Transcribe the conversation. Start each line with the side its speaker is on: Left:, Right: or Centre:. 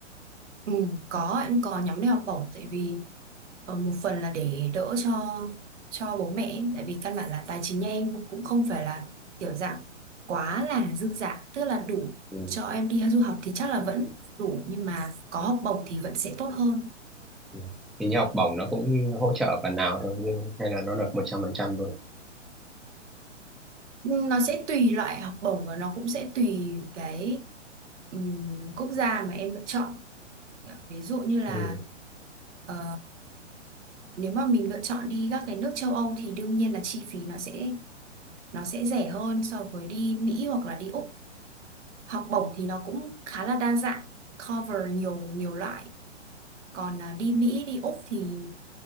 Right: Ừ, có em có nhóm đi học bổng tại vì ờ, một phần là để đỡ cho cho bố mẹ ấy. tại vì căn bản là tài chính nhà em cũng không phải là kiểu dạng quá là dư dả tức là đủ
Centre: ừ.
Right: cho em đi du học thì chắc là vẫn đủ nhưng mà có học bổng thì vẫn sẽ tốt hơn
Centre: ừ. Hình như học bổng nó cũng hỗ trợ phần nào thôi nhưng hay là nó được một trăm phần trăm
Right: Ừ, nó sẽ tùy loại học bổng và nó cũng sẽ tùy cái ừm, quốc gia mà em lựa chọn ví dụ như là
Centre: rồi
Right: ờ, nếu mà mình lựa chọn đi các cái nước châu Âu thì đương nhiên là chi phí nó sẽ nó sẽ rẻ hơn so với đi Mỹ hoặc là đi Úc học bổng thì nó cũng khá là đa dạng cover nhiều nhiều loại còn à, đi Mỹ đi Úc thì